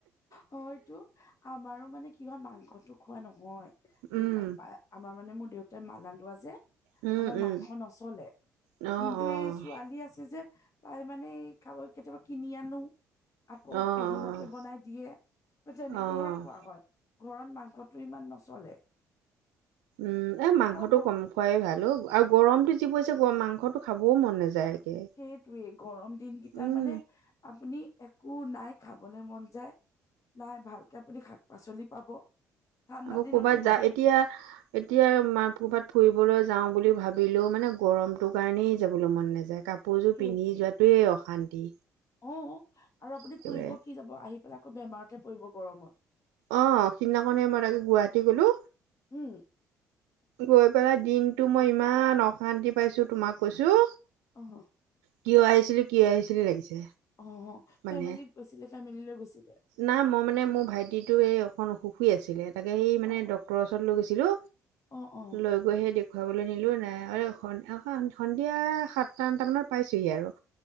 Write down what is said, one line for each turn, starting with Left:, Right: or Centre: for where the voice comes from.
Left: হয়তো! আমাৰো মানে, কিবা মাংসটো, খোৱা নহয়।
Right: উম,
Left: এই পাপাই, আমাৰ মানে, মোৰ দেউতাই মালা লোৱা যে।
Right: উম,
Left: আমাৰ
Right: উম,
Left: মাংস নচলে।
Right: অ',
Left: কিন্তু,
Right: অ',
Left: এই ছোৱালী আছে যে। তাই মানে, খাবলৈ কেতিয়াবা, কিনি আনোঁ। আকৌ,
Right: অ',
Left: পেহীহঁতে বনাই দিয়ে, তেনেকেহে
Right: অ', অ',
Left: খোৱা হয়। ঘৰত মাংসটো, ইমান নচলে।
Right: উম! এ, মাংসটো
Left: আৰু সৰু
Right: কম খোৱাই, ভাল অ'! গৰমতটো, যি পৰিছে, মাংসটো খাবও মন নাযায়। একে।
Left: সেইটোৱে, গৰম দিনকেইটাৰ
Right: উম,
Left: মানে, আপুনি, একো নাই, খাবলৈ মন যায়। নাই, ভালকে আপুনি, শাক -পাচলি পাব। ঠাণ্ডা
Right: আকৌ
Left: দিনতে
Right: ক'ৰবাত যা
Left: ভাল।
Right: এতিয়া এতিয়া, মা ক'ৰবাত ফুৰিবলৈ যাওঁ, বুলি ভাবিলেও মানে, গৰমটো কাৰণেই, যাবলৈ মন নাযায়। কাপোৰ কাপোৰযোৰ,
Left: সেইটোৱে।
Right: পিন্ধি যোৱা তোৱেই অশান্তি।
Left: অ'! আৰু আপুনি
Right: একেবাৰে।
Left: ফুৰিব কি যাব? আহি পেলাই আকৌ, বেমাৰতহে পৰিব গৰমত।
Right: অ'! সিদিনা খনে, মই তাকে, গুৱাহাটী গলোঁ।
Left: উম
Right: গৈ পেলাই, দিনটো মই ইমান, অশান্তি পাইছোঁ! তোমাক কৈছোঁ।
Left: অঁহ, <unintelligible>
Right: কিয় আহিছিলি, কিযে আহিছিলি লাগিছে?
Left: অ
Right: মানে
Left: ফেমিলিত গৈছিলে, ফেমিলি লৈ গৈছিলে।
Right: না মই মানে মোৰ ভাইটিটো, এই অকণ অসুসী আছিলে। তাকে সেই মানে
Left: অ
Right: ডক্তৰৰ ওচৰৰত লৈ গৈছিলো,
Left: অ অ
Right: লৈ‌ গৈহে দেখুৱাবলৈ নিলো, নাই <unintelligible> সন্ধিয়া সাতটা-আটতা মানত পাইছোহি আৰু।